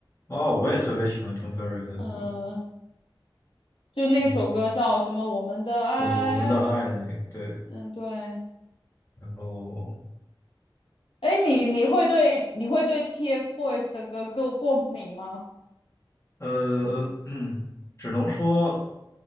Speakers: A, on the left; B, on the left.
A: 哦，我也特别喜欢听 Ferry 的歌，
B: 嗯，就那首歌叫什么？
A: 嗯，
B: 我们的爱，
A: 我们我们的爱那个，对，
B: 嗯，对。
A: 然后
B: 哎，你你会对你会对 TFBOYS 的歌过过敏吗？
A: 呃，<clears throat> 嗯，只能说，